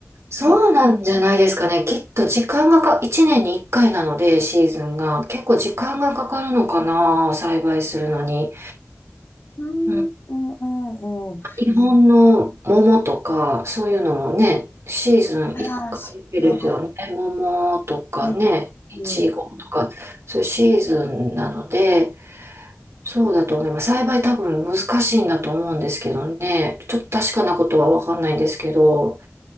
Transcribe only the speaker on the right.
そうなんじゃないですかね。
きっと時間がか、1年に1回なので、シーズンが。結構時間がかかるのかな、栽培するのに。
う
日本の桃とか、そういうのもね、シーズン1回だけですよね。
桃とかね、
いちごとか、
そういうシーズンなので、そうだと思います。栽培多分難しいんだと思うんですけどね。ちょっと確かなことはわかんないんですけど。